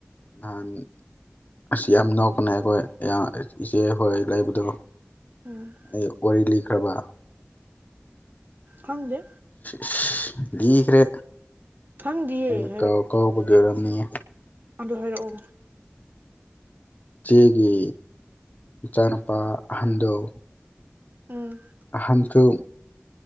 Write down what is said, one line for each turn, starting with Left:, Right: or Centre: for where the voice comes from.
Left: ꯅꯍꯥꯟ ꯑꯁꯤ ꯌꯥꯝ ꯅꯣꯛꯄꯅꯦ ꯑꯩꯈꯣꯏ ꯏꯆꯦ ꯍꯣꯏ ꯂꯩꯕꯗꯕꯨ
Right: ꯎꯝ
Left: ꯑꯩ ꯋꯥꯔꯤ ꯂꯤꯈ꯭ꯔꯕ
Right: ꯈꯥꯡꯗ
Left: <unintelligible> ꯂꯤꯈ꯭ꯔꯦ
Right: ꯈꯪꯗꯤꯌꯦ
Left: ꯑꯩꯅ ꯀꯥꯎ ꯀꯥꯎꯕꯒꯤ ꯑꯣꯏꯔꯝꯅꯤꯌꯦ
Right: ꯑꯗꯨꯗ ꯍꯥꯏꯔꯛꯑꯣ
Left: ꯏꯆꯦꯒꯤ ꯏꯆꯥꯅꯨꯄꯥ ꯑꯍꯟꯗ‌ꯣ
Right: ꯎꯝ
Left: ꯑꯥꯟꯕꯁꯨ